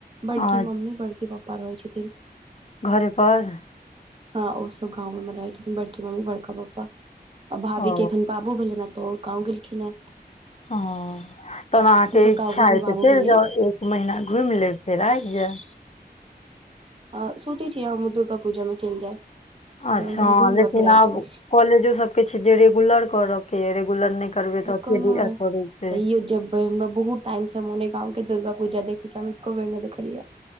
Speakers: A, on the right; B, on the left.
A: बड़की
B: आ
A: मम्मी बड़के पप्पा रहै छथिन।
B: घरे पर
A: हँ ओ सब गाँवे में रहै छथिन बड़की मम्मी बड़का पप्पा आ भाभी
B: ओ
A: के एखन बाबू भेलैन हैं। तऽ ओ गाँव गेलखिन हैं।
B: हँ तहन आहाँके
A: मतलब
B: इच्छा
A: गाँवे
B: अइ
A: मे बाबू
B: तऽ चइल
A: भेलै
B: जाउ ए इ महिना घुइम लेब फेर आइब जेएब।
A: अ सोचै छियै हमहुँ दुर्गा पूजा में चइल जाय।
B: अच्छा
A: कनि दिन घुमि
B: लेकिन
A: कऽ फेर आबि
B: आब
A: जेबै
B: कॉलेजो सब के छै जे रेगुलर करऽ के अइ रेगुलर नै करबै तऽ अथिये
A: कोनो
B: दिअ
A: नै
B: पड़ै छै
A: तयौ जेब बै हमरा बहुत टाइम सँ मोन अइ गाँव के दुर्गा पूजा देखेै के हम एको बेर नै देखलियै येए।